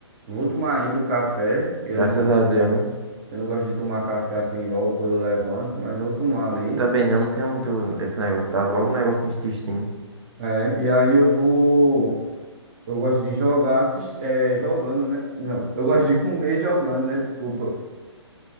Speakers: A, on the right (about 30°); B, on the right (about 75°).
A: Vou tomar ainda o café. Eu
B: Graças
A: não,
B: a
A: não,
B: Deus, né?
A: eu não gosto de tomar café assim logo quando eu levanto, mas vou tomar ali.
B: Eu também não, não tenho muito esse negócio, dá logo um negócio no intestino.
A: É, e aí eu vou. Eu gosto de jogar, assist... é, jogando, né? Não, eu gosto de comer jogando, né? Desculpa.